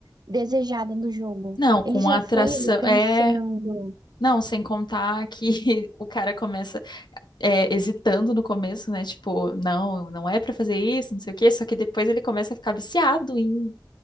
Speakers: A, on the right; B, on the left.
A: desejada no jogo?
B: Não, com
A: Ele já
B: a atração.
A: foi ali pensando.
B: É. Não, sem contar que <laughs> o cara começa eh, hesitando no começo, né? Tipo, não, não é pra fazer isso, não sei o quê. Só que depois ele começa a ficar viciado em